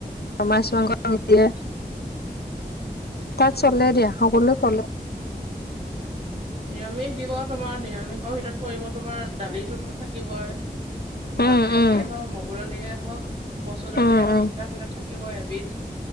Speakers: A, on the left (about 80°); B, on the right (about 35°).
A: মাছ মাংস দিয়ে।
B: উম
A: তাত চলে দিয়া, সকলোৱে চলে।
B: নিৰামিষ দিব তোমাৰ নিৰামিষৰ ভিতৰত পৰিব তোমাৰ দালিটোতো থাকিবই। মাটি
A: উম
B: দালিয়ে
A: উম
B: হওঁক, মগুৰ দালিয়ে হওঁক- মচুৰ দালিয়ে
A: উম
B: হওঁক
A: উম
B: তিনটাৰ ভিতৰত থাকিবই এবিধ।